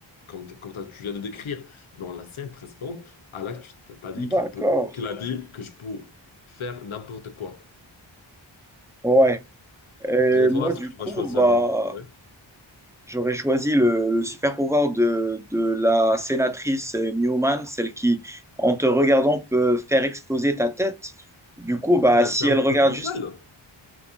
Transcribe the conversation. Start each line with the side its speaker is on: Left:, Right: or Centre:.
Left: Comme, t- comme t'as- tu viens de décrire dans la scène précédente, Alak, tu t- t'as dit
Centre: D'accord.
Left: qu'il pour- qu'il a dit que je peux faire n'importe quoi.
Centre: Ouais. Et
Left: Et toi,
Centre: moi,
Left: est-ce
Centre: du
Left: que tu
Centre: coup,
Left: vas choisir
Centre: bah,
Left: un... ouais.
Centre: J'aurais choisi le, le super pouvoir de, de la sénatrice Newman, celle qui, en te regardant, peut faire exploser ta tête. Du coup, bah,
Left: Oh, mais
Centre: si
Left: c'est un
Centre: elle regarde
Left: peu brutal.
Centre: juste,